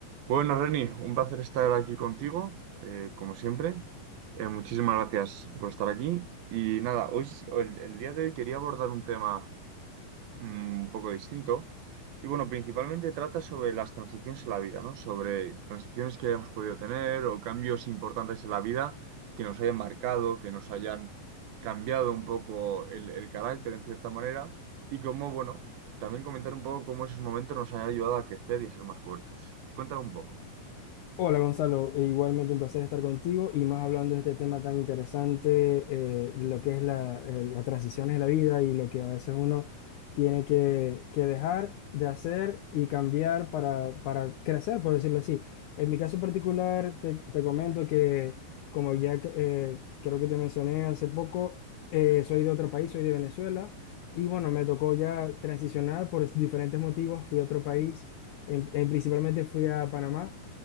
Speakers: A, on the right (about 75°); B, on the left (about 75°).
A: Bueno, Reni, un placer estar aquí contigo, eh, como siempre. Eh, muchísimas gracias por estar aquí. Y nada, hoy, sí- el, el día de hoy quería abordar un tema mm, un poco distinto. Y bueno, principalmente trata sobre las transiciones en la vida, ¿no? Sobre transiciones que hayamos podido tener o cambios importantes en la vida que nos hayan marcado, que nos hayan cambiado un poco el, el carácter en cierta manera. Y cómo, bueno, también comentar un poco cómo esos momentos nos han ayudado a crecer y a ser más fuertes. Cuéntame un poco.
B: Hola Gonzalo, e igualmente un placer estar contigo y más hablando de este tema tan interesante, eh, de lo que es la, eh, las transiciones de la vida y lo que a veces uno tiene que, que dejar de hacer y cambiar para, para crecer, por decirlo así. En mi caso particular, te, te comento que como ya que, eh, creo que te mencioné hace poco, eh, soy de otro país, soy de Venezuela y bueno, me tocó ya transicionar por diferentes motivos, fui a otro país, en- en- principalmente fui a Panamá.